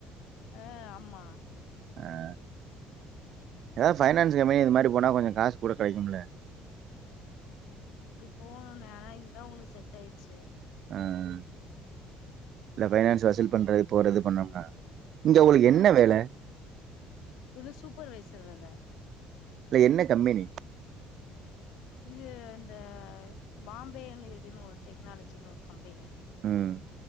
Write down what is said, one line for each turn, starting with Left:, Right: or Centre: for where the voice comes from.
Left: அ ஆமா
Right: ஆஹ்
Left: ம்
Right: எதா ஃபைனான்ஸ் இ எம் ஐ இது மாரி போனா கொஞ்சொ காசு கூட கெடைக்கும்ல
Left: அப்டி போகணு ஆனா இதுதா உங்களுக்கு செட் ஆயிட்ச்சு
Right: ஆஹ் இல்ல ஃபைனான்ஸ் வசூல் பண்றது போறது பண்ணம்னா இங்க உங்களுக்கு
Left: ஆ
Right: என்ன வேல
Left: இது சூப்பர்வைசர் வேல
Right: இல்ல என்ன கம்பெனி
Left: இது இந்த பாம்பேன்னு இதுன்னு ஒரு டெக்னாலஜினு ஒரு கம்பெனி
Right: ம்